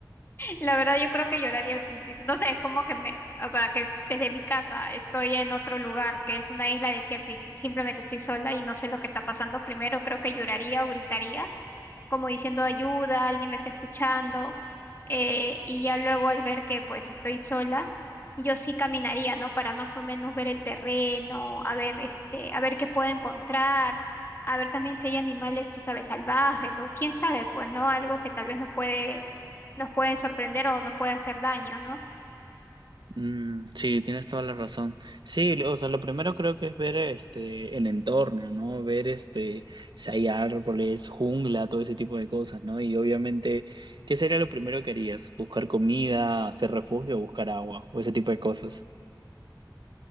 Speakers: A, on the left; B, on the right.
A: La verdad, yo creo que lloraría al principio. No sé, es como que me, o sea, que desde mi casa estoy en otro lugar, que es una isla desierta y si- simplemente estoy sola y no sé lo que está pasando. Primero creo que lloraría o gritaría, como diciendo ayuda, alguien me está escuchando. eh, y ya luego al ver que pues estoy sola, yo sí caminaría, ¿no? Para más o menos ver el terreno, a ver este, a ver qué puedo encontrar. A ver también si hay animales, tú sabes, salvajes o quién sabe, pues, ¿no? Algo que tal vez nos puede nos pueden sorprender o nos puede hacer daño, ¿no?
B: Mm, sí, tienes toda la razón. Sí, lo- o sea, lo primero creo que es ver este el entorno, ¿no? Ver este si hay árboles, jungla, todo ese tipo de cosas, ¿no? Y obviamente, ¿qué sería lo primero que harías? ¿Buscar comida, hacer refugio, buscar agua o ese tipo de cosas?